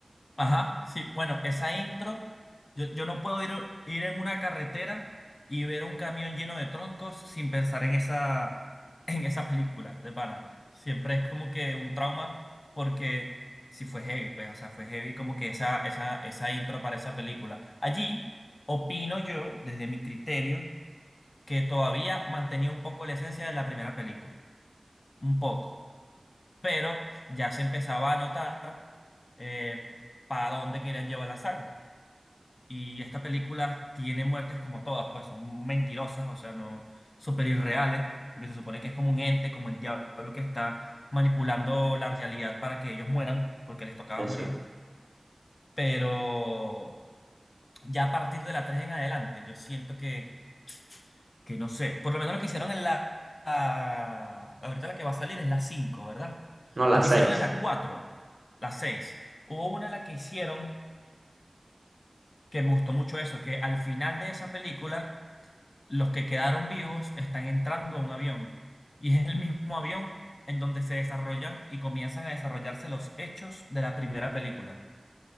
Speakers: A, on the left (about 70°); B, on the right (about 65°).
A: Ajá, sí, bueno, esa intro, yo, yo no puedo ir, ir en una carretera y ver un camión lleno de troncos sin pensar en esa, <laughs> en esa película de pana. Siempre es como que un trauma porque si fue heavy, pues, o sea, fue heavy como que esa, esa, esa intro para esa película. Allí opino yo, desde mi criterio, que todavía mantenía un poco la esencia de la primera película, un poco, pero ya se empezaba a notar eh, para dónde querían llevar la saga. Y esta película tiene muertes como todas, pues son mentirosas, o sea, no súper irreales, porque se supone que es como un ente, como el diablo que está manipulando la realidad para que ellos mueran, porque les tocaba
B: Exacto.
A: morir. Pero ya a partir de la 3 en adelante, yo siento que, que no sé, por lo menos lo que hicieron en la, la- Ahorita la que va a salir es la cinco ¿verdad?
B: no la
A: Lo que
B: seis
A: hicieron en la cuatro la seis Hubo una en la que hicieron que me gustó mucho eso, que al final de esa película los que quedaron vivos están entrando a un avión y es el mismo avión en donde se desarrollan y comienzan a desarrollarse los hechos de la primera película.